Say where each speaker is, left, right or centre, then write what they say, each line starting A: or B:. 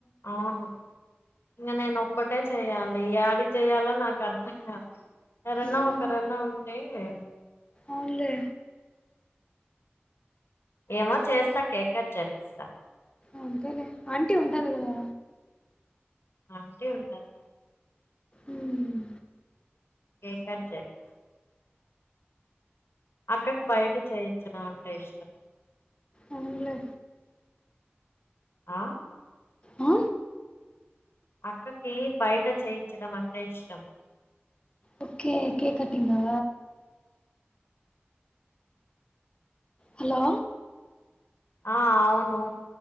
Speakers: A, on the left; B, on the left.
A: అవును ఇంకా నేను అటే చేయ్యాలి ఏడి చేయయాలో నాకు అర్థం కాదు ఎవరన్నా
B: ఉమ్,
A: ఒక్కరన్నా ఉంటే ఏందే
B: ఆలేె
A: ఏమో చేస్తా కేకు కట్. చేపిస్తా
B: అంతేలే ఆంటీ ఉంటుంది కదా
A: ఆ ఆంటీ ఉంటారు
B: ఉమ్,
A: కేక కట్ చేపిస్తారు అక్కకి బయట చేయించడం అంటే ఇష్టం
B: అవునులే
A: ఆ
B: ఆ?
A: అక్కకి బయట చేయించడం అంటే ఇష్టం.
B: ఓకే కేక్ కట్టింగా హలో
A: ఆ అవును.